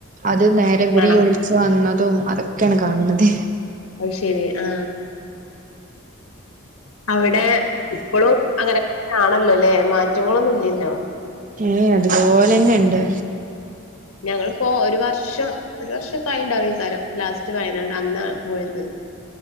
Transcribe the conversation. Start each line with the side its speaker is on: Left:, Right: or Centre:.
Right: അത് നേരെവരെ
Left: ആണോ
Right: ഒ സോ അന്നതും അതൊക്കെയാണ് കാണ് ണത്.
Left: അഹ് ശരി ആ അവിടെ ഇപ്പളും അങ്ങനെക്കെ ആ ണല്ലോല്ലേ മാറ്റങ്ങളൊന്നും ഇല്ലല്ലോ
Right: ഏ അതുപോലെന്നെണ്ട്.
Left: ഞങ്ങളിപ്പോ ഒരു വർഷം ഒരു വർഷംക്കെആയിണ്ടാവുയ് ക്കാരം ലാസ്റ്റ് വയനാട് അന്നാ പോയത്.